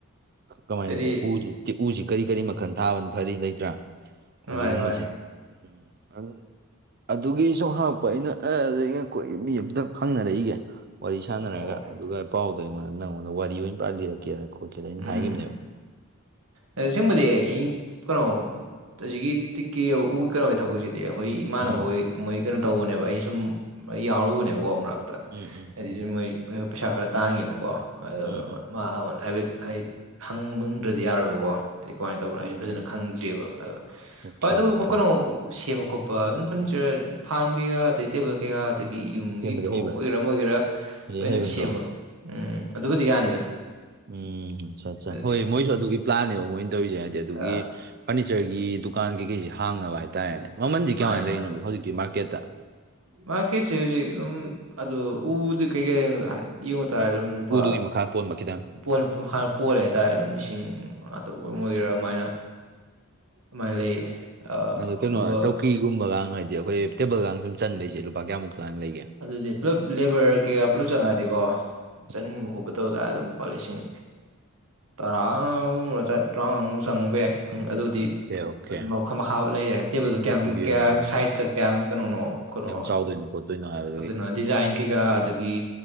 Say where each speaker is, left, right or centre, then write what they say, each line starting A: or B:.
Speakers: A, on the right; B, on the right.
A: ꯀꯃꯥꯏꯗ
B: ꯑꯩꯗꯤ
A: ꯎꯖ ꯇꯤꯎꯁꯤ ꯀꯔꯤ ꯀꯔꯤ ꯃꯈꯜ ꯊꯥꯕꯅ ꯐꯔꯤ ꯂꯩꯇ꯭ꯔꯥ ꯑꯗꯨꯒꯨꯝꯕꯁꯦ
B: ꯃꯥꯅꯤ ꯃꯥꯅꯤ
A: ꯎꯝ ꯑꯗꯨꯒꯤ ꯁꯨꯝ ꯍꯥꯡꯉꯛꯄ ꯑꯩꯅ ꯑꯦ ꯑꯗꯨꯗ ꯑꯩꯅ ꯀꯣꯏ ꯃꯤ ꯑꯇꯪ ꯍꯪꯅꯔꯛꯏꯒꯦ ꯋꯥꯔꯤ ꯁꯥꯟꯅꯔꯒ
B: ꯑꯣ
A: ꯑꯗꯨꯒ ꯄꯥꯎꯗꯣ ꯑꯩꯉꯣꯟꯗ ꯅꯪꯉꯣꯟꯗ ꯋꯥꯔꯤ ꯑꯣꯏꯅ ꯂꯤꯔꯒ‌ꯦ ꯀꯦꯗ ꯈꯣꯠꯀꯦꯗ ꯑꯩꯅ
B: ꯎꯝ
A: ꯍꯥꯏꯒꯤꯅꯦꯕ
B: ꯑꯁꯦꯡꯕꯗꯤ ꯑꯩ ꯀꯩꯅꯣ ꯍꯧꯖꯤꯛꯀꯤ ꯇꯤꯛꯀꯤ ꯎꯒꯤ ꯀꯩꯅꯣ ꯑꯣꯏ ꯊꯕꯛꯁꯤꯗꯤ ꯑꯩꯈꯣꯏ ꯏꯃꯥꯟꯅꯕ
A: ꯎꯝ
B: ꯍꯣꯏ ꯃꯣꯏ ꯀꯩꯅꯣ ꯇꯧꯕꯅꯦꯕ ꯑꯩ ꯁꯨꯝ ꯌꯥꯎꯔꯨꯕꯅꯦꯕꯀꯣ ꯃꯔꯛꯇ
A: ꯎꯝ ꯎꯝ
B: ꯍꯥꯏꯗꯤ
A: ꯎꯝ
B: ꯃꯣꯏ ꯄꯩꯁꯥ ꯈꯔ ꯇꯥꯡꯉꯅꯀꯣ ꯑꯗꯣ
A: ꯎꯝ ꯎꯝ
B: ꯃꯥ ꯍꯥꯏꯐꯦꯠ ꯑꯩ ꯍꯪꯕꯝꯗ꯭ꯔꯗꯤ ꯌꯥꯔꯣꯏꯔꯕꯕꯀꯣ ꯍꯥꯏꯗꯤ ꯀꯃꯥꯏꯅ ꯇꯧꯕꯅꯣ
A: ꯑꯣ
B: ꯍꯥꯏꯁꯨ ꯐꯖꯅ ꯈꯪꯗ꯭ꯔꯤꯑꯕ ꯑꯗ
A: ꯑꯣꯀꯦ
B: ꯍꯣꯏ ꯑꯗꯨꯕꯨ
A: ꯑꯣꯀꯦ
B: ꯀꯩꯅꯣ ꯁꯦꯝꯕ ꯈꯣꯠꯄ ꯑꯗꯨꯝ ꯐꯔꯅꯤꯆꯔ ꯐꯥꯟ ꯀꯩꯀꯥ ꯑꯗꯩ ꯇꯦꯕꯜ ꯀꯩꯀꯥ ꯑꯗꯒꯤ ꯌꯨꯝꯒꯤ
A: ꯁꯦꯝꯕꯗꯤ
B: ꯊꯣꯡ
A: ꯍꯩꯕ꯭ꯔꯥ
B: ꯑꯣꯏꯒꯦꯔꯥ ꯑꯣꯏꯒꯦꯔꯥ
A: ꯂꯥꯏꯔꯤꯛ
B: ꯂꯣꯏꯅ
A: ꯍꯩꯕꯗ꯭ꯔꯣ
B: ꯁꯦꯝꯕ ꯎꯝ ꯑꯗꯨꯕꯨꯗꯤ ꯌꯥꯅꯤꯗ
A: ꯎꯝ ꯑꯠꯆꯥ ꯑꯠꯆꯥꯥ
B: ꯑꯗꯨꯗꯤ
A: ꯍꯣꯏ ꯃꯣꯏꯁꯨ ꯑꯗꯨꯒꯤ ꯄ꯭ꯂꯥꯟꯅꯦꯕ ꯃꯣꯏꯅ ꯇꯧꯔꯤꯁꯦ ꯍꯥꯏꯗꯤ ꯑꯗꯨꯒꯤ
B: ꯑ
A: ꯐꯔꯅꯤꯆꯔꯒꯤ ꯗꯨꯀꯥꯟ ꯀꯩꯀꯩꯁꯤ ꯍꯥꯡꯅꯕ ꯍꯥꯏꯇꯥꯔꯦꯅꯦ ꯃꯃꯜꯁꯤꯦ
B: ꯃꯥꯅꯦ
A: ꯀꯃꯥꯏꯅ
B: ꯃꯥꯅꯦ
A: ꯂꯩꯔꯤꯅꯣꯅꯣ ꯍꯧꯖꯤꯛꯤ ꯃꯥꯔꯀꯦꯠꯇ
B: ꯃꯥꯔꯀꯦꯠꯁꯦ ꯍꯧꯖꯤꯛ ꯑꯗꯨꯝ ꯑꯗꯨ ꯎꯗꯤ ꯀꯩꯀꯩ ꯏꯨ ꯇꯥꯔꯔꯝ ꯄ
A: ꯎꯗꯨꯒꯤ ꯃꯈꯥ ꯄꯣꯟꯕ ꯈꯤꯇꯪ
B: ꯑꯗꯨ ꯍꯥꯟꯅ ꯄꯣꯜꯂꯦ ꯍꯥꯏꯇꯥꯔꯦ ꯑꯗꯨꯝ ꯂꯤꯁꯤꯡ ꯃꯉꯥ ꯇꯔꯨꯛ ꯑꯣꯏꯒꯦꯔꯥ ꯑꯗꯨꯃꯥꯏꯅ ꯑꯗꯨꯃꯥꯏꯅ ꯂꯩꯌꯦ
A: ꯑꯗꯣ ꯀꯩꯅꯣ
B: ꯑꯗꯨꯒ
A: ꯆꯧꯀꯤꯒꯨꯝꯕꯒ ꯍꯥꯏꯗꯤ ꯑꯩꯈꯣꯏ ꯇꯦꯕꯜꯒ ꯁꯨꯝ ꯆꯟꯕꯩꯁꯦ ꯂꯨꯄꯥ ꯀꯌꯥꯃꯨꯛ ꯂꯥꯡ ꯂꯩꯒꯦ
B: ꯑꯗꯨꯗꯤ ꯄꯨꯜꯂꯞ ꯂꯦꯕꯔ ꯀꯩꯀꯥ ꯄꯨꯜꯂꯞ ꯆꯪꯉꯛꯗꯤꯀꯣ
A: ꯎꯝ.
B: ꯆꯟꯕ ꯈꯣꯠꯄ ꯇꯧꯗꯔ ꯑꯗꯨꯝ ꯂꯨꯄꯥ ꯂꯤꯁꯤꯡ ꯇꯔꯥꯒꯨꯝ ꯇꯔꯥꯉꯥꯃꯨꯛ ꯆꯪꯕ ꯌꯥꯏ ꯑꯗꯨꯗꯤ
A: ꯑꯣꯀꯦ ꯑꯣꯀꯦ
B: ꯑꯗꯨ ꯃꯈꯥ ꯃꯈꯥꯕ ꯂꯩꯔꯦ ꯇꯦꯕꯜꯗꯣ
A: ꯄꯦꯠꯇꯨꯒꯤ
B: ꯀꯌꯥꯝ ꯀꯌꯥ
A: ꯑꯣꯏꯅ
B: ꯁꯥꯏꯖꯇ ꯀꯌꯥꯝ ꯀꯩꯅꯣꯅꯣ ꯀꯩꯅꯣ
A: ꯆꯥꯎꯣꯏꯣꯠꯇꯣꯏꯣ ꯍꯥꯏꯕ
B: ꯀꯩꯅꯣ ꯗꯤꯖꯥꯏꯟ ꯀꯩꯀꯥ ꯑꯗꯒꯤ